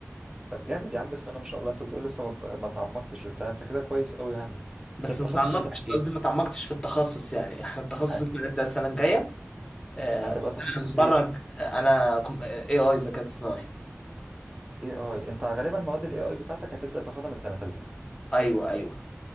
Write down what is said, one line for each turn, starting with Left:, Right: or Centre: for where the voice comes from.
Right: طب جامد يا عم بسم الله ما شاء الله أنت بتقول لسه ما ما تعمقتش وبتاع أنت كده كويس قوي يعني
Left: بس
Right: أنت التخصص
Left: ما تعمقتش
Right: بتاعك
Left: قصدي ما تعمقتش في التخصص يعني احنا التخصص
Right: هت-
Left: اللي هنبدأ السنة الجاية آه،
Right: هتبقى
Left: بس
Right: تخصص
Left: انا بره
Right: ايه
Left: الج- انا كم- اي اي ذكاء اصطناعي
Right: اي اي انت غالبا مواد الاي اي بتاعتك هتبدأ تاخدها من سنة تالتة
Left: ايوه ايوه